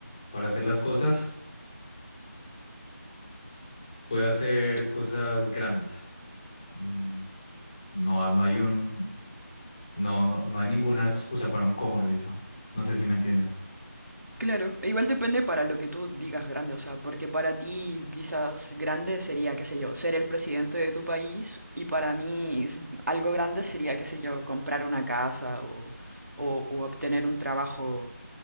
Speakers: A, on the left; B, on the right.
A: para hacer las cosas puede hacer
B: Sí,
A: cosas grandes. Mm, No, no hay un, no, no, no hay ninguna excusa para un cómo lo hizo. No sé si me entiendes.
B: Claro, e igual depende para lo que tú digas grande, o sea, porque para ti quizás grande sería, qué sé yo, ser el presidente de tu país y para mí s- algo grande sería, qué sé yo, comprar una casa o, o- o obtener un trabajo